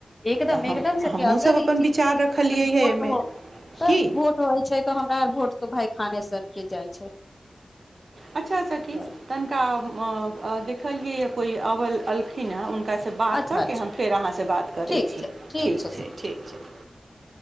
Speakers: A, on the left; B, on the right.
A: एकदम
B: तऽ
A: एकदम
B: हम
A: सखि
B: हमहूँसब
A: अगर
B: अपन
A: ई चीज
B: विचार
A: के लिए
B: रखलिए
A: अगर
B: हइ
A: भोट
B: एहिमे
A: हो तऽ
B: कि
A: भोट होइ छै तऽ हमरा आर भोट तो भाय खानेसरके जाइ छै
B: अच्छा सखि
A: जाइ
B: तनिका अ अ देख देखलियै कोई अबल अलखिन हन हुनकासे बात
A: अच्छा
B: कऽ
A: अच्छा
B: के हम फेर अहाँसे बात करै
A: ठीक
B: छी
A: छै
B: ठीक छै
A: सखी
B: ठीक छै